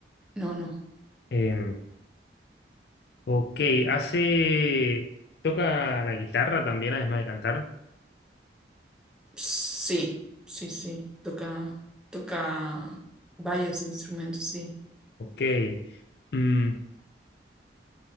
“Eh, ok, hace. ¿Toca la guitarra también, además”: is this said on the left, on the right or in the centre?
Left